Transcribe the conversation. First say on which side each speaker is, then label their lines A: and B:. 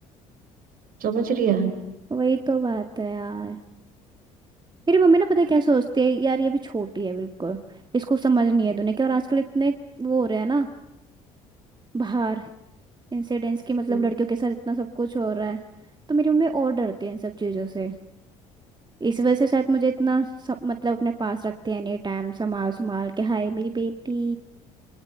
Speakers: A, on the right; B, on the right.
A: समझ रही है
B: वही तो बात है यार मेरी मम्मी ना पता है क्या सोचती है यार ये भी छोटी है बिल्कुल इसको समझ नहीं है दुनिया की और आजकल इतने वो हो रहे हैं ना बाहर इंसिडेंट्स की
A: हम्म,
B: मतलब लड़कियों के साथ इतना सब कुछ हो रहा है तो मेरी मम्मी और डरती है इन सब चीज़ों से इस वजह से शायद मुझे इतना सब मतलब अपने पास रखते हैं एनी टाइम संभाल संभाल के हाय मेरी बेटी